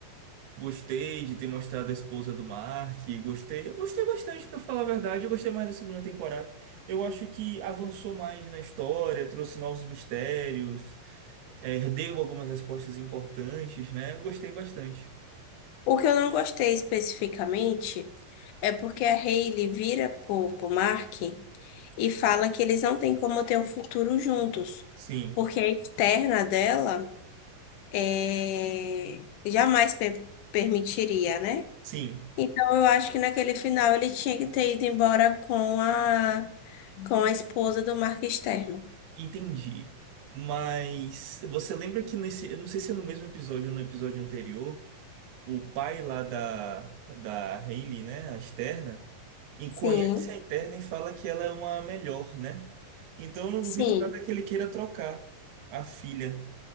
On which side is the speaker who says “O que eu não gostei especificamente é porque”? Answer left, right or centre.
Left